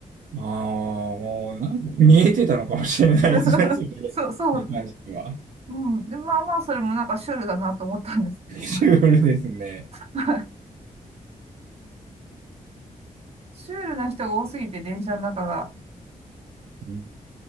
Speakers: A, on the right; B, on the right.
A: ああ、もうなん見えてたのかもしれないですね、
B: <laughs>
A: それ
B: そう、そう。
A: に関しては。
B: うん。で、まあまあ、それもなんかシュールだなと思ったんですけど、
A: シュールですね。
B: なんか、はいシュールな人が多すぎて、電車の中が。
A: うん